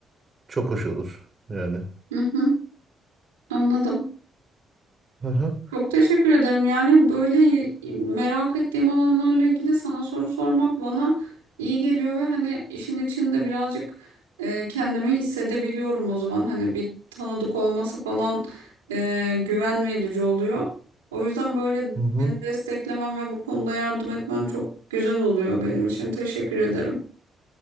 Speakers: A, on the right (about 35°); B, on the right (about 80°).
A: çok hoş olur yani.
B: Hı hı, anladım.
A: Hı hı.
B: Çok teşekkür ederim. Yani böyle merak ettiğim alanlarla ilgili sana soru sormak bana iyi geliyor ve hani işin içinde birazcık e, kendimi hissedebiliyorum o zaman. Hani bir tanıdık olması falan e, güven verici oluyor. O yüzden böyle
A: Hı hı.
B: beni desteklemen ve bu konuda yardım etmen çok güzel oluyor benim için. Teşekkür ederim.